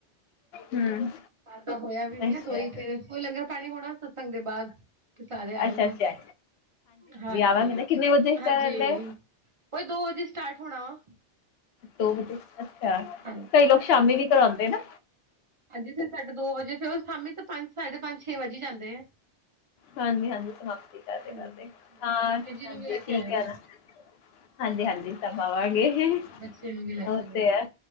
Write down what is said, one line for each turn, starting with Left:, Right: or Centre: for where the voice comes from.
Left: ਹਮ
Right: ਘਰ ਦਾ ਹੋਇਆ ਵੀ ਨਈ
Left: ਅੱਛਾ
Right: ਆ ਕੋਈ ਫੇਰ ਓਹੀ ਲੰਗਰ ਪਾਨੀ ਹੋਨਾ ਸਤਸੰਗ ਦੇ ਬਾਦ ਤੇ ਸਾਰੇ ਆਏਓ
Left: ਅੱਛਾ
Right: ਜੇ।
Left: ਅੱਛਾ
Right: ਹਾਂਜੀ,
Left: ਆਵਾਂਗੇ ਨਾ ਕਿੰਨੇ ਵਜੇ
Right: ਹਾਂਜੀ
Left: ਕਰਨ ਡੇ
Right: ਓਹੀ ਦੋ ਵਜੇ ਸਟਾਰਟ ਹੋਨਾ ਵਾ।
Left: ਦੋ ਵਜੇ ਅੱਛਾ।
Right: ਹਾਂਜੀ।
Left: ਕਈ ਲੋਕ ਸ਼ਾਮੀ ਵੀ ਕਰਾਂਦੇ ਨਾ।
Right: ਹਾਂਜੀ ਜੀ, ਸਾਡੇ ਦੋ ਵਜੇ ਫੇਰ ਓਹ ਸ਼ਾਮੀ ਤੇ ਪੰਜ- ਸਾਢੇ ਪੰਜ- ਛੇ ਵਜ ਈ ਜਾਂਦੇ ਆ।
Left: ਹਾਂਜੀ-ਹਾਂਜੀ, ਸਮਾਪਤੀ ਕਰਦੇ-ਕਰਦੇ
Right: ਹਾਂਜੀ।
Left: ਹਾਂ,
Right: ਬੀਜੀ
Left: ਹਾਂਜੀ
Right: ਨੂੰ ਵੀ ਲੈ ਕੇ
Left: ਠੀਕ
Right: ਆਇਓ,
Left: ਏ ਨਾ। ਹਾਂਜੀ, ਹਾਂਜੀ ਸਬ ਆਵਾਂਗੇ।
Right: ਬੱਚੇ ਨੂੰ ਵੀ ਲੈ ਕੇ
Left: ਓ
Right: ਆਇਓ।
Left: ਤੇ ਹੈ।